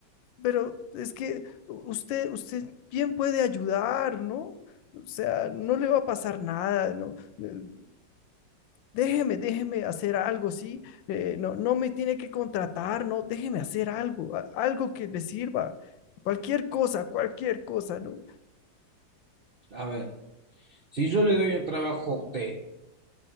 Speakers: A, on the left; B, on the right.
A: pero es que u- usted, usted bien puede ayudar, ¿no? O sea, no le va a pasar nada, ¿no? Eh, déjeme, déjeme hacer algo, ¿sí? Eh, no, no me tiene que contratar, no, déjeme hacer algo, a- algo que le sirva, cualquier cosa, cualquier cosa, ¿no?
B: A ver, si yo le doy un trabajo a usted,